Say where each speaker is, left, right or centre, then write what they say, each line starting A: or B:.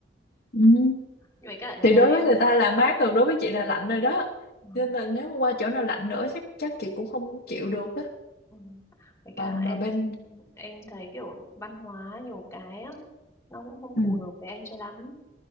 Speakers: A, on the left; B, on the left.
A: ừ.
B: <laughs> nhưng mà cả thật
A: thì
B: ra
A: đối
B: em
A: với người ta là mát rồi đối với chị là lạnh rồi đó
B: ừ.
A: nên là nếu mà qua chỗ nào lạnh nữa chắc chắc chị cũng không chịu được á
B: Ừ. Với cả
A: mà mà
B: em
A: bên
B: em thấy kiểu văn hóa nhiều cái á nó cũng không
A: ừ.
B: phù hợp với em cho lắm.